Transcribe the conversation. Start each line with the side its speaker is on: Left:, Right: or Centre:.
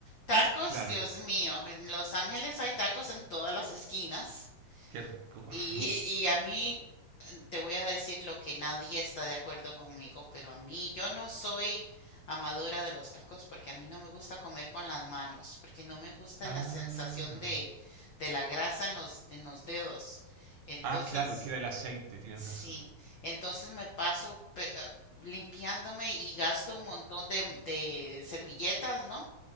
Left: Tacos,
Right: claro,
Left: Dios mío, en Los Ángeles hay tacos en todas las esquinas
Right: qué rico.
Left: y,
Right: <laughs>
Left: y a mí te voy a decir lo que nadie está de acuerdo conmigo, pero a mí yo no soy amadora de los tacos porque a mí no me gusta comer con las manos, porque no me gusta
Right: Ah,
Left: la sensación de, de la grasa en los, en los dedos. Entonces,
Right: ah, claro, queda el aceite, tienes
Left: sí,
Right: razón,
Left: entonces me paso pe- ah, limpiándome y gasto un montón de, de servilletas, ¿no?